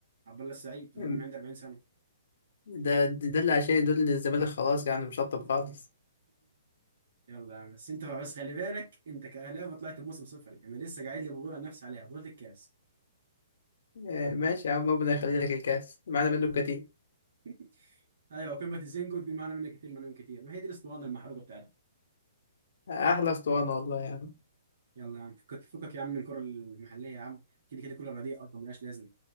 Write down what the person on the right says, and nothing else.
عبد الله السعيد
رغم انه عنده 40 سنه
<laughs>
يلا يا عم بس انت بس خلي بالك انت كاهلاوي طلعت بموسم صفري انا لسه قاعد لي بقول عن نفسي عليها بطوله الكاس
<laughs> ايوه قمه الزنجو تجيب معانا منها كتير مليون كتير ما هي دي الاسطوانه المحروقه بتاعتنا
يلا يا عم فكك فكك يا عم من الكره المحليه يا عم كده كده كل الرديئه اصلا ملهاش لازمه